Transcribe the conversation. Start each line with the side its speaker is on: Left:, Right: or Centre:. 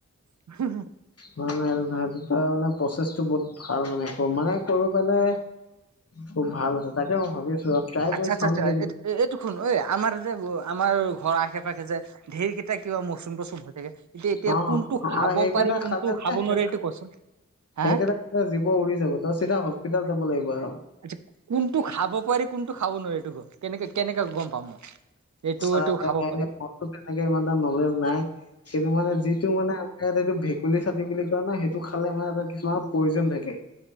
Right: <unintelligible>
Left: নাই নাইটো নাই সটো মে প্ৰচেছটো ব ভাল মানে মানে কৰিব পেলে খুব ভাল আছে তাকে মই ভাবি আছো ট্ৰাই
Right: আচ্ছা
Left: কৰি
Right: আচ্ছা
Left: চাওঁ
Right: আচ্ছা
Left: নেকি
Right: এই এইটোুু ঐ আমাৰ যে আমাৰ ঘৰ আশে পাশে যে ধেৰকেইটা কিবা মচুম তচুম হৈ থাকে এতিয়া এতিয়া
Left: অ
Right: কোনটো খাব
Left: অ সেইকেইটা
Right: পাৰি কোনটো
Left: খালে যে
Right: খাব নোৱাৰি এইটো কচোন হা
Left: সেইকেইটা জীিব উৰি যাব তই চিধা হস্পিতোল যাব লাগিব আৰু
Right: আচ কোনটো খাব পাৰি কোনটো খাব নোৱাৰি এইটোোকো কেনেকে কেনেকে গম পাম মই এইটো
Left: চাই
Right: এইটো খাব পাৰি
Left: মনতো তেনেকে ইমান এটা নলেজ নাই সন্তটো মানে যিটো মানে আমাৰ ইয়াত এইটো ভেকুলী চাতি বুলি কয় ন সেইটো খালে মানে এটা কিছুমান প্ৰয়োজন থাকে